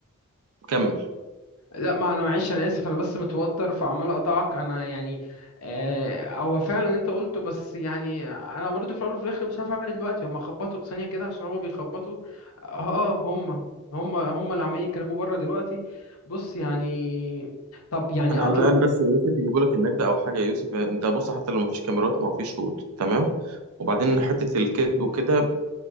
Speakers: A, on the right (about 85°); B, on the left (about 80°).
A: كمل
B: لا ما انا معلش انا اسف انا بس متوتر فعمال اقطعك انا يعني آه، هو فعلا اللي انت قلته بس يعني انا برضو في الاول وفي الاخر مش عارف اعمل ايه دلوقتي هم خبطوا ثانيه كده عشان هم بيخبطوا اه هم هم هم اللي عمالين يتكلموا بره دلوقتي بص يعني طب يعني
A: انا
B: اطلع
A: الان بس يا يوسف يجيبوا لك النجدة او حاجه يا يوسف انت بص حتى لو مفيش كاميرات ما هو في شهود تمام وبعدين حته الكذب وكده